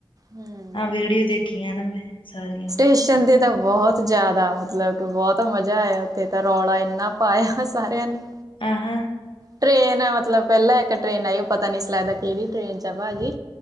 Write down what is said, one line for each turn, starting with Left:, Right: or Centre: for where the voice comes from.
Right: ਹੂੰ।
Left: ਹਾਂ। ਵੀਡੀਓ ਦੇਖੀ। ਨਾ ਮੈਂ ਸਾਰੀਆਂ
Right: ਸਟੇਸ਼ਨ ਤੇ ਤਾਂ ਬਹੁਤ ਜਿਆਦਾ ਮਤਲਬ ਕਿ ਬਹੁਤ ਮਜ਼ਾ ਆਇਆ। ਉੱਥੇ ਤਾਂ ਰੌਲਾ ਇੰਨਾ ਪਾਇਆ ਸਾਰਿਆਂ ਨੇ
Left: ਆਹ ਹਾਂ
Right: ਟ੍ਰੇਨ ਮਤਲਬ। ਪਹਿਲਾਂ ਇੱਕ ਟ੍ਰੇਨ ਆਈ। ਉਹ ਪਤਾ ਨੀ ਸੀ ਲਗਦਾ ਕਿਹੜੀ ਟੇਨ ਚ ਆ ਭਾਜੀ।